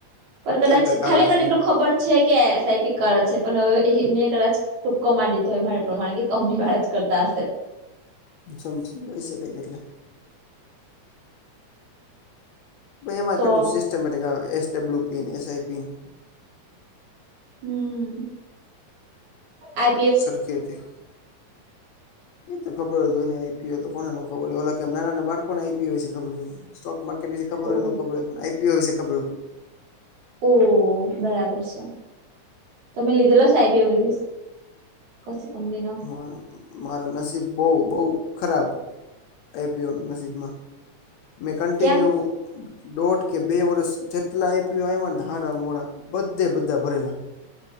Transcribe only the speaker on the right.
પણ કદાચ
ખાલી
મને
એટલું ખબર છે કે એસ આઈ પી <unintelligible> છે. પણ હવે મેં કદાચ ટૂક્કો મારી દીધો હોય મારી પ્રમાણે કે કંપની વાળા જ કરતા હશે.
તો
હમ આ
<inaudible>
ઓ
ઓહ, બરાબર છે. તમે લીધેલા છે આઈ પી ઓ વિડિઓસ <unintelligible> કંપનીનો.
કેમ